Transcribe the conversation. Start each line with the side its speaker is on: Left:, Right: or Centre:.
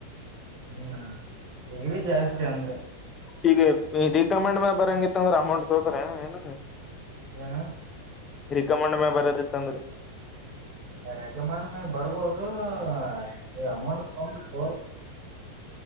Right: ಹ್ಮ್ ಡಿಗ್ರಿ ಜಾಸ್ತಿ ಅಂದ್ರೆ.
Left: ಈಗಿ ಡಿ ಕಮಂಡ್ ಮ ಬರಂಗಿತ್ತು ಅಂದ್ರೆ ಅಮೌಂಟ್ ತೋತ್ರ ಏನಾದರೂ.
Right: ಏನ
Left: ರಿಕಮಂಡ್ ಮೇ ಬರದಿತ್ತಂದ್ರೆ.
Right: ರೆಕಮೆಂಡ್ ಮ್ಯಾಗ ಬರ್ಬೋದು ಅಷ್ಟ ಅಮೌಂಟ್ ತಂಬ ತೋಲ್.